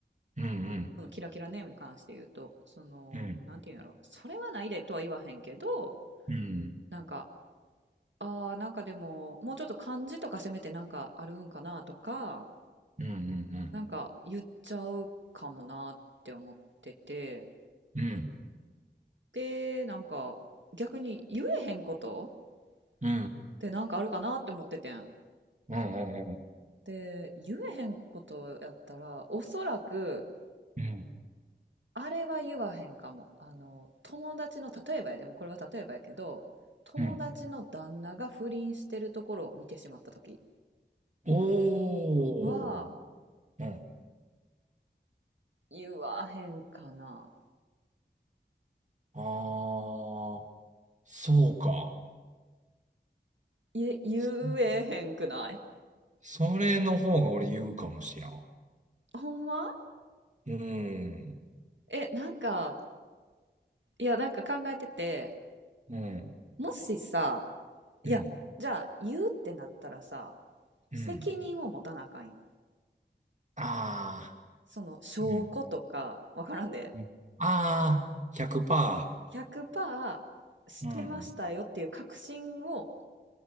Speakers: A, on the right; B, on the right.
A: うん
B: そのキラキラネームに関して言うと、その、
A: うんうん
B: なんていうんやろ、それはないでとは言わへんけど、
A: うん
B: なんか、ああ、なんかでも、もうちょっと漢字とかせめてなんかあるんかなとか、
A: うんうん
B: なんか言っちゃうかもなって思ってて、
A: うんうん
B: で、なんか、逆に言えへんこと
A: う
B: ってなんかあるかなって思っててん。
A: んうん
B: で、言えへんことやったら、おそらく、
A: うん、
B: あれは言わへんかも。あの、友達の、例えばやでもこれは例えばやけど、友達の旦那が不倫してるところを見てしまった時
A: うん。おー、
B: は、
A: うん。
B: 言わへんかな。
A: あー、そうか。
B: いえ、言えへんくない
A: そそれの方が俺言うかもしらん。
B: ほんま
A: うん、
B: え、なんか、いや、なんか考えてて、
A: うん、
B: もしさ、いや、
A: うん、
B: じゃあ言うってなったらさ、
A: うん。
B: 責任を持たなあかんよ。
A: あ
B: その証拠とか、
A: ー、うん、
B: わからんで。
A: うんあー、100%。
B: 100%してましたよっていう確信を
A: うん。